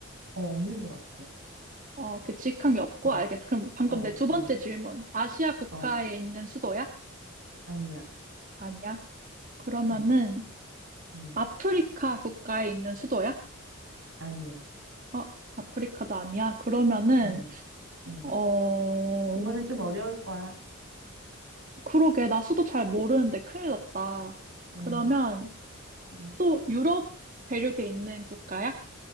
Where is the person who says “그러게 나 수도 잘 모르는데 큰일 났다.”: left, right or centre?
Right